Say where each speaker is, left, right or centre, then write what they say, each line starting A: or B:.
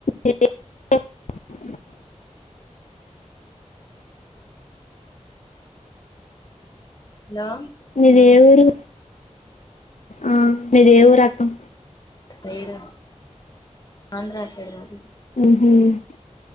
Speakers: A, on the left (about 75°); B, on the left (about 30°).
A: అ
B: హలో
A: మీది ఏ ఊరు ఆ మీది ఏ ఊరు అక్క?
B: సైడ్ ఆంధ్ర సైడ్ మాది
A: ఉమ్